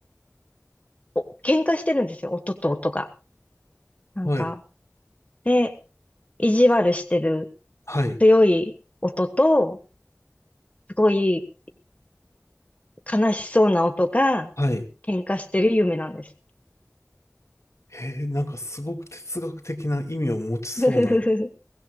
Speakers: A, on the left; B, on the left.
A: お喧嘩してるんですよ、音と音が。なんか、
B: はい、
A: で、意地悪してる
B: はい、
A: 強い音と、すごい悲しそうな音が
B: はい。
A: 喧嘩してる夢なんです。
B: えー、なんかすごく哲学的な意味を持ちそうな。
A: <laughs> ふふふふ